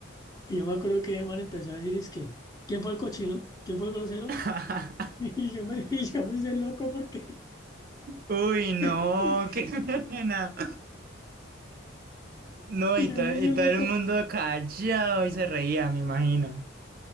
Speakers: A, on the left; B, on the right.
A: Y yo me acuerdo que el man empezó a decir, es que, ¿quién fue el cochino? ¿Quién fue el grosero?
B: <laughs>
A: <laughs> Y yo me, <laughs> y yo me hice loco porque,
B: Uy, no,
A: <laughs> y
B: <laughs> qué pena. No, y,
A: yo
B: to-
A: me hice
B: y todo
A: loco.
B: el mundo callado y se reía, me imagino.